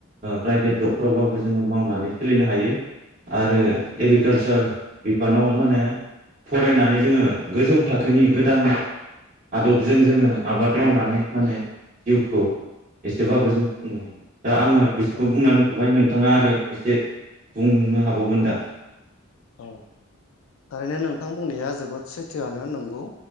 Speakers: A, on the right; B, on the left.
A: प्राइभेट जबफोरावबाबो जोङो मावनानै सोलिनो हायो आरो
B: औ
A: एग्रिकालसार बिफानाव माने फरायनानै जोङो गोजौ थाखोनि गोदान आदबजों जोङो आबाद मावनानै माने जिउखौ एसेबाबो जों खुंनो हायो। दा आङो बिसोरखौ
B: औ
A: बुंनानै हरबाय नों नोंथाङा आरो एसे बुंनो हाबावगोन दा?
B: औ ओरैनो नोंथां बुंनाया जोबोद सैथोआनो नंगौ।